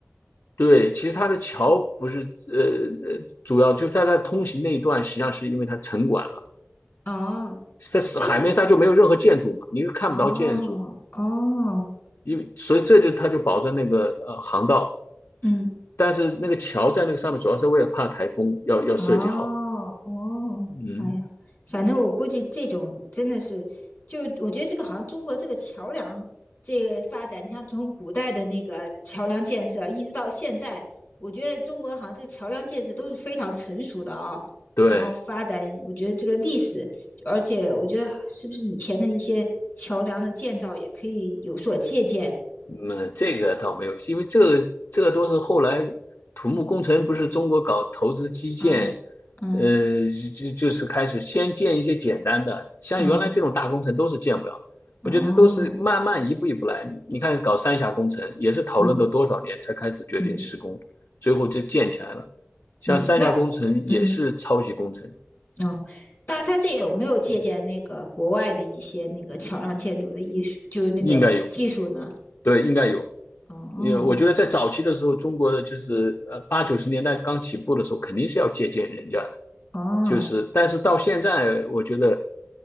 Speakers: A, on the left (about 70°); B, on the left (about 45°).
A: 对，其实它的桥不是呃呃主要就在它通行那一段，实际上是因为它沉管了，
B: 哦，
A: 在海面上就没有任何建筑嘛，
B: 哎，
A: 你又看不到建筑。
B: 哦哦，
A: 因为所以这就他就保证那个呃航道，
B: 嗯，
A: 但是那个桥在那个上面主要是为了怕台风要要设计好，
B: 哦哦，
A: 嗯，
B: 哎呀，反正我估计这种真的是，就我觉得这个好像中国这个桥梁这个发展，你像从古代的那个桥梁建设，一直到现在，我觉得中国好像这个桥梁建设都是非常成熟的啊、
A: 对。
B: 然后发展，我觉得这个历史，就而且我觉得是不是以前的一些桥梁的建造也可以有所借鉴。
A: 嗯，这个倒没有，因为这个这个都是后来土木工程不是中国搞投资基建，
B: 嗯，啊，嗯
A: 呃，就就是开始先建一些简单的，像原来这种大工程都是建不了的。
B: 嗯哦，
A: 我觉得都是慢慢一步一步来。
B: 哦
A: 你看搞三峡工程也是讨论了多少年才开始决定施工，
B: 嗯嗯
A: 最后就建起来了。像三峡工程也是超级工程，
B: 嗯，那嗯。嗯，那他这有没有借鉴那个国外的一些那个桥梁建筑的艺术，就是那个技术呢？
A: 应该有，对，应该有。
B: 哦
A: 也我觉得在早期的时候，中国的就是呃八九十年代刚起步的时候，肯定是要借鉴人家的，
B: 哦
A: 就是但是到现在，我觉得